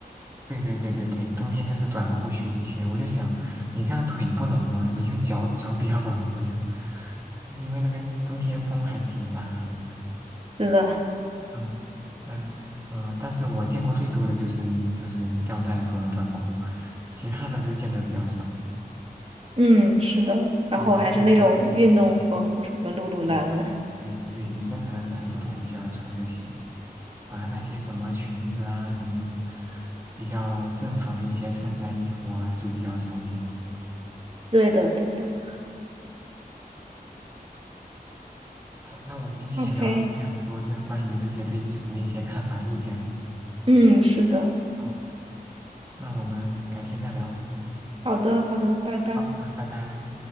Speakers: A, on the right (about 15°); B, on the right (about 40°).
A: 对对对对对，冬天就是短裤、雪地靴。我就想，你这样腿不冷吗？你就脚脚比较暖和呀，因为那个冬天风还是挺大的。
B: 是的，
A: 嗯，那嗯、呃但是我见过最多的就是就是吊带和短裤，其他的就见的比较少。
B: 嗯，是的，然后还是那种运动风，
A: 对，好像女生对，嗯，
B: 什么露露兰们，
A: 对对对，女生可能很多都很喜欢穿这些，反而那些什么裙子啊，什么比较正常的一些衬衫、衣服啊，就比较少见。
B: 对的，对的
A: 好，那我们今天也聊了这些很多，
B: ，OK，
A: 这个关于这些对衣服的一些看法、意见了。
B: 嗯，是的，
A: 好，那我们改天再聊。
B: 好的，好的，拜拜。
A: 好，那拜拜。